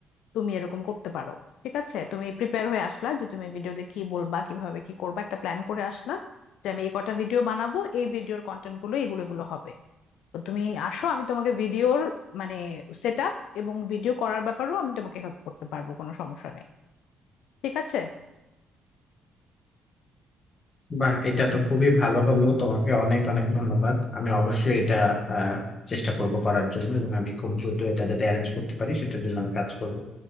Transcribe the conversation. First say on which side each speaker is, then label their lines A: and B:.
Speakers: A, on the left; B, on the left.
A: তুমি এরকম করতে পারো ঠিক আছে তুমি প্রিপেয়ার হয়ে আসলা যে তুমি ভিডিওতে কি বলবা কিভাবে কি করবা একটা প্ল্যান করে আসলা যে আমি এই কটা ভিডিও বানাবো এই ভিডিওর কন্টেন্ট গুলো এগুলো এগুলো হবে তো তুমি আসো আমি তোমাকে ভিডিওর মানে সেট আপ এবং ভিডিও করার ব্যাপারেও আমি তোমাকে হেল্প করতে পারবো কোনো সমস্যা নেই ঠিক আছে
B: বাহ এটা তো খুবই ভালো হলো তোমাকে অনেক অনেক ধন্যবাদ আমি অবশ্যই এটা আহ, চেষ্টা করব করার জন্য এবং আমি খুব দ্রুত এটা যাতে অ্যারেঞ্জ করতে পারি সেটার জন্য আমি কাজ করব